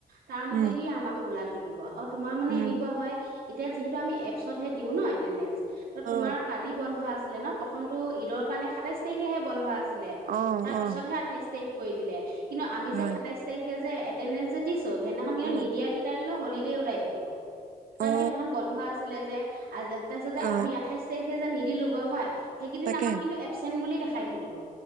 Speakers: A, on the right; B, on the right.
A: তাৰ মতেদিিয়ে
B: উম
A: আমাৰ খোলা থাকিব কিব আৰু তোমাৰ মানে
B: উম
A: এনেকুৱা হয় এতিয়া যিহেতু আমি এপছত ে দিওঁ ন এটেণ্ডেন্ঞ্চ ত তোমাৰ
B: অ
A: কালি বন্ধ আছে আছিলে ন প্ৰথমটো ঈদৰ কাৰণে সাতাইছ তাৰিখেহে বন্ধ আছে ছিলে
B: অ
A: তাৰ
B: অ
A: পিছতহে আঠাইছ তাৰিখ কৈ দিলে কিন্তু আমি
B: হয়
A: যে সাতাইছ তাৰিখে দি সদিনাখন কিয়
B: উম
A: নিদিয়াকেইটটা কিন্তু হলিডে ওলাই থাকিব কাৰণ
B: অ
A: কি সিঁতখন বন্ধ আছিলে যে আজ তাৰিছত
B: অ
A: আমি আঠাইছ তাৰিখ সেই যেন নিদিলোগৈ হয় সেইকেইিন
B: তাকে
A: আমাক কিন্তু এবচেট বুলি দেখে খাই থাকিব